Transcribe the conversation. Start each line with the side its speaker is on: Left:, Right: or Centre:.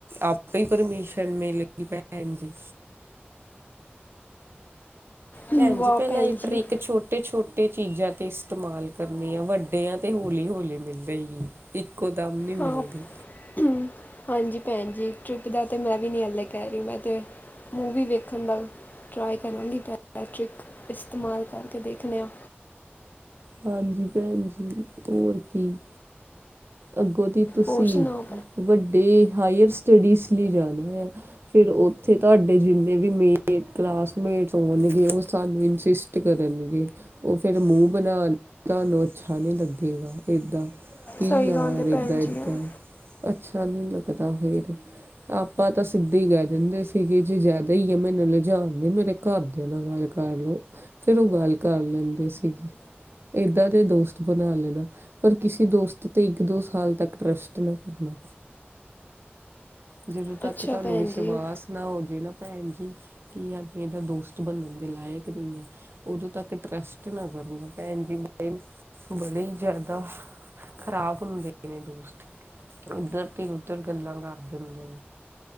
Right: ਆਪ ਹੀ ਪਰਮਿਸ਼ਨ ਮਿਲ ਗਈ ਭੈਣ ਜੀ।
Left: ਵਾਹ
Right: ਭੈਣ ਜੀ ਪਹਿਲਾਂ
Left: ਭੈਣ
Right: ਇਹ
Left: ਜੀ
Right: ਟਰੀਕ ਛੋਟੇ-ਛੋਟੇ। ਛੋਟੇ ਚੀਜ਼ਾਂ ਤੇ ਇਸਤੇਮਾਲ ਕਰਨੀ ਆ ਵੱਡਿਆਂ ਤੇ ਹੌਲੀ-ਹੌਲੀ ਮਿਲਦੇਗੀ ਇੱਕੋ ਦਮ। ਨਹੀਂ ਮਿਲਦੀ
Left: ਹਾਂ ਹੂੰ ਹਾਂਜੀ ਭੈਣ ਜੀ ਟ੍ਰਿਪ ਦਾ ਤੇ ਮੈਂ ਵੀ ਨਹੀਂ ਹਾਲੇ ਕਹਿ ਰਹੀ ਮੈਂ ਤੇ ਮੂਵੀ ਵੇਖਣ ਦਾ ਟਰਾਏ ਕਰਾਂਗੀ। ਇਸਤੇਮਾਲ ਕਰਕੇ ਦੇਖਦੇ ਹਾਂ।
Right: ਹਾਂਜੀ ਭੈਣ ਜੀ ਹੋਰ ਕੀ? ਅੱਗੋਂ ਦੀ ਤੁਸੀਂ
Left: ਹੋਰ ਸੁਣਾਓ
Right: ਵੱਡੇ ਹਾਇਰ। ਸਟੱਡੀਜ਼ ਲਈ ਜਾਣਾ ਆ ਫਿਰ ਉੱਥੇ ਤੁਹਾਡੇ ਜਿੰਨੇ ਵੀ ਮੇ ਕਲਾਸਮੇਟ ਹੋਣਗੇ ਉਹ ਸਰਨੇਮ ਇਨਸਿਸਟ ਕਰਨਗੇ ਉਹ ਫਿਰ। ਬਣਾਣ ਤੁਹਾਨੂੰ ਅੱਛਾ ਨੀ ਲੱਗੇਗਾ ਏਦਾਂ। ਕੀ
Left: ਸਹੀ
Right: ਯਾਰ
Left: ਗੱਲ ਹੈ ਭੈਣ
Right: ਏਦਾਂ ਏਦਾਂ
Left: ਜੀ ਇਹ।
Right: ਅੱਛਾ ਨੀ ਲੱਗਦਾ ਫਿਰ ਆਪਾਂ ਤਾਂ ਸਿੱਧੇ ਹੀ ਕਹਿ ਦਿੰਦੇ ਸੀਗੇ ਜੇ ਜ਼ਿਆਦਾ ਹੀ ਆ ਮੈਨੂੰ ਲਿਜਾਣ ਦੀ ਮੇਰੇ ਘਰਦਿਆਂ ਨਾਲ ਗੱਲ ਕਰ ਲਓ ਫੇਰ ਉਹ ਗੱਲ ਕਰ ਲੈਂਦੇ ਸੀ। ਏਦਾਂ ਦੇ ਦੋਸਤ ਬਣਾ ਲੈਣਾ ਪਰ ਕਿਸੇ ਦੋਸਤ ਤੇ ਇੱਕ ਦੋ ਸਾਲ ਤੱਕ ਟਰੱਸਟ ਨਾ ਕਰਨਾ। ਜਦੋਂ ਤੱਕ
Left: ਅੱਛਾ
Right: ਤੁਹਾਨੂੰ
Left: ਭੈਣ
Right: ਵਿਸ਼ਵਾਸ
Left: ਜੀ
Right: ਨਾ ਹੋਜੇ ਨਾ। ਭੈਣ ਜੀ ਕੀ ਅਗਲੇ ਦਾ ਦੋਸਤ ਬਣਨ ਦੇ ਲਾਇਕ ਨਹੀਂ ਹੈ ਉਦੋਂ ਤੱਕ ਟਰੱਸਟ ਨਾ ਕਰਨਾ। ਭੈਣ ਜੀ ਵੀ ਬੜੇ ਜ਼ਿਆਦਾ ਖ਼ਰਾਬ ਹੁੰਦੇ ਨੇ ਦੋਸਤ ਉੱਧਰ ਦੀ ਉੱਧਰ ਗੱਲਾਂ ਕਰ ਦਿੰਦੇ ਨੇ।